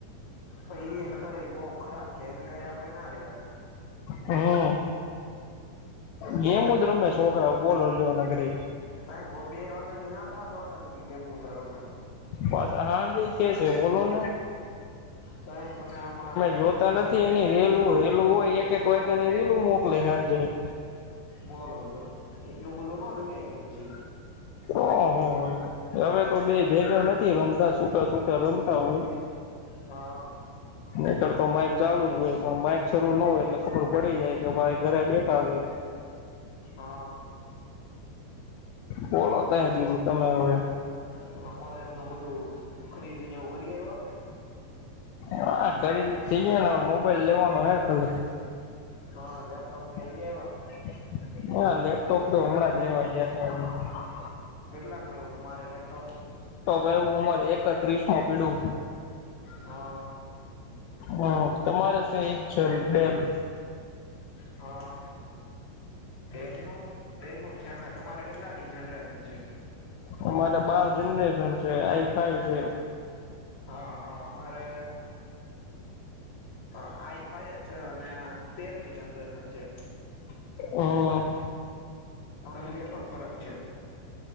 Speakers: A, on the left (about 40°); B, on the left (about 80°).
A: પછી એને કરે બહુ ખરાબ છે. એની આપડે ના રેવાય
B: હમ્મ
A: બોલો
B: ગેમ બ રમે છોકરા બોલો નગરી
A: ત બો બે વખત તો હતા તો આગ લગી ગયામ તોર મે
B: પાછા હાંજે કે છે બોલો ને
A: કહે તમે હમણા ખરીદી
B: જોતા નથી રેલું રેલું હોય એક એક વાગ્યે ની રેલું મોકલે હાજે જાય
A: બોલો જો એટલું બધુ નો જગાય પછી
B: ઓહ હવે તો બે ભેગા નથી રમતા છૂટા છૂટા રમતા હોય
A: હા
B: નહીતર તો માઈક ચાલુ જ હોય પણ માઇક શરૂું ન હોય એટલે ખબર પડી જાય કે ભાઈ ઘરે બેઠા આવે
A: હા
B: બોલતા હ બીજુ તમે હવે
A: ત કોલેજ નું બધું ખરીદી ને એવું કરી આયવા કે
B: હા ખરીદી થઈે ને હવે મોબાઈલ લેવાનો હે ખાલી
A: હા લેપટોપ ને લઈ
B: <inaudible>
A: આવ્યા
B: હા લેપટોપ તો હમણાં જ લેવા ગયા હતા એ
A: કેટલાનું આયવું હતું તમારે લેપટોપ
B: વય ઉંમર એકત્રીસ માં પીડયુ
A: હા-
B: હ તમારે શું એક છે. બેલ
A: હા- બેલ ન બેલ નું છે. એમને તમારે કેટલાની જનરેશન છે.
B: અમારે બાર જનરેશન છે. વાઈ ફાઈ છે.
A: હા હા અમારે આઈફાઈ છે. અને તેરની જનરેશન છે.
B: હમ્મ
A: આપણા હાલી એટલો જ ફરક છે.